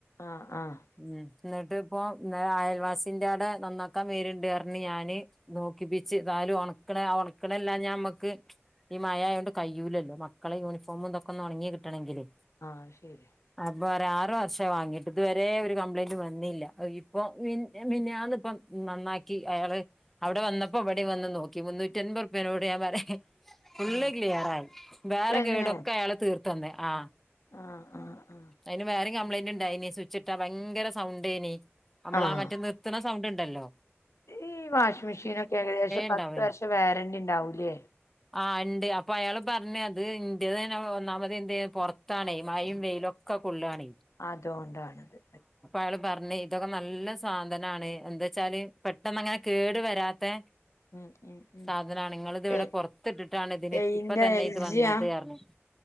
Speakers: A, on the left; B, in the centre.
A: ആഹ് ആഹ്
B: ഉം എന്നിട്ട്പ്പൊ ഇന്നലെ അയൽവാസിൻ്റെടെ നന്നാക്കാൻ വരിണ്ടർഞ്ഞി ഞാന് നോക്കിപ്പിച്ച് താലും ഒണക്കണ ഒണക്കണല്ലാഞാ ഞമ്മക്ക് ഈ മഴയായോണ്ട് കഴിയൂലല്ലോ മക്കളെ യൂണിഫോമും ഇതൊക്കൊന്ന് ഒണങ്ങി കിട്ടണെങ്കില്
A: ആഹ് ശരിയാ
B: അപ്പൊ ഒരു ആറു വർഷായി വാങ്ങിട്ട് ഇതുവരേ ഒരു കംപ്ലയിന്റ് വന്നില്ല ഇപ്പൊ മിനിയാന്നിപ്പം നന്നാക്കി അയാള് അവിടെ വന്നപ്പോ അവിടെ വന്ന് നോക്കി മുന്നൂറ്റി അൻപത് റുപ്പ്യനോട് ഞാൻ പറയാ ഫുള്ള്
A: ആഹ്
B: ക്ലിയറായി വേറെ
A: തന്നെ
B: കേടൊക്കെ അയാള് തീർത്തന്ന് ആഹ്
A: ആഹ് ആഹ് ആഹ്
B: ഐന് വേറിം കംപ്ലൈന്റ്ണ്ടായിന് സ്വിച്ച്ട്ടാ ഭയങ്കര സൗണ്ടേനി അമ്മളാ
A: ആഹ്
B: മറ്റെ നിർ ത്ത്ണ സൗണ്ട്ണ്ടല്ലോ
A: ഈ വാഷ്മെഷീനാെക്കെ ഏകദേശം
B: ഉണ്ടാവേനി
A: പത്ത് വർഷം വാരന്റി ഇണ്ടാവുംല്ലേ
B: ആഹ് ഇണ്ട് അപ്പൊ അയാള്പർണ് അത് ഇന്റത് ഐന് ഒന്നാമത് എന്തേ പൊറത്താണേ മയിം വെയിലൊക്കെക്കൊള്ളാണ
A: അതോണ്ടാണ്ത്.
B: ആള് പർനൈ ഇതൊക്കെ നല്ല സാധനാണേ എന്താ ച്ചാല് പെട്ടെന്ന് അങ്ങനെ കേട് വെരാത്തെ
A: ഉം ഉം ഉം
B: സാധനാണ് ഇങ്ങള്ത് ഇവിടെ
A: എ
B: പാെറത്ത്ട്ട്ട്ടാണ് ഇതിന്
A: എയിന്റെ
B: ഇപ്പതന്നെ
A: എൽ
B: ഇത് വന്നത്
A: ജിയാ
B: അർണ്